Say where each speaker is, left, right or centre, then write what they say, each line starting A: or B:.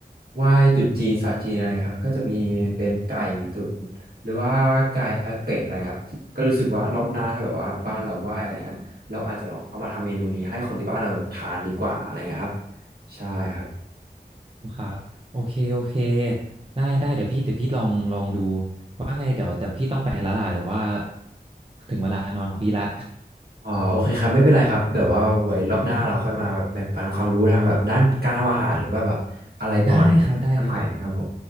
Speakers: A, on the right; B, on the right.
A: ไหว้ตรุษจีนศาสตร์จีนอะไรครับก็จะมีเป็นไก่ตุ๋นหรือว่าไก่เออเป็ดอะไรครับก็รู้สึกว่ารอบหน้าถ้าแบบว่าบ้านเราไหว้อะไรเงี้ยเราอาจจะลองเอามาทำเมนูนี้ให้คนที่บ้านเราทานดีกว่าอะไรเงี้ยครับใช่ครับ
B: ครับโอเคโอเคได้ได้เดี๋ยวพี่เดี๋ยวพี่ลองลองดูว่าไงเดี๋ยวเดี๋ยวพี่ต้องไปแล้วล่ะเดี๋ยวว่าถึงเวลานอนของพี่ละ
A: อ๋อโอเคครับไม่เป็นไรครับแบบว่าไว้รอบหน้าเราค่อยมาแบ่งปันความรู้ทางแบบด้านการทำอาหารหรือว่าแบบอะไรประมาณนั้นกันใหม่นะครับผม
B: <laughs> ได้ครับได้ครับ